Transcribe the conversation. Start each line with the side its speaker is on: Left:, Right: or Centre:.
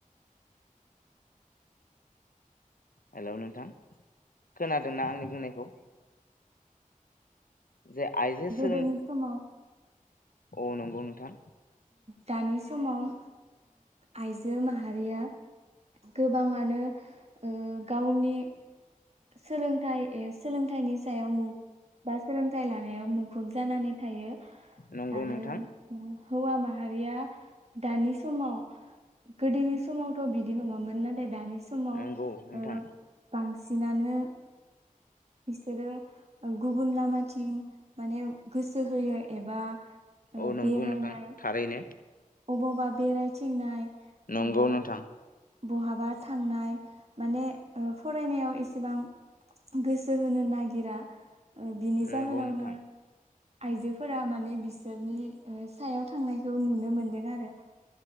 Left: हेलौ नोंथां खोनादोंना आंनि बुंनायखौ? जे आइजो सोलों
Right: गोदोनि समाव
Left: औ नंगौ न दा
Right: दानि समाव आइजो ओ माहारिया गोबाङानो ओ गावनि सोलोंथाइ सोलोंथाइनि सायाव बा सोलोंथाइ लानायाव मुखुब जानानै। थायो
Left: नंगौ
Right: आरो
Left: नोंथां
Right: हौवा माहारिया दानि समाव गोदोनि समावथ' बिदि नङामोन नाथाय दानि समाव
Left: नंगौ
Right: ओ
Left: नोंथां
Right: बांसिन बांसिनानो बिसोरो गुबुन लामाथिं माने गोसो होयो एबा ओ
Left: औ नंगौ
Right: बेरायनाय
Left: नोंथां थारैनो
Right: अबावबा बेरायथिंनाय
Left: नंगौ
Right: एबा
Left: नोथां
Right: बहाबा थांनाय माने ओ फरायनायाव एसेबां गोसो होनो नागिरा ओज्ञबिनि
Left: नंगौ
Right: जाहोनावनो
Left: नोंथां
Right: आइजोफोरा माने बिसोरनि सायाव थांनायखौ नुनो मोनदों आरो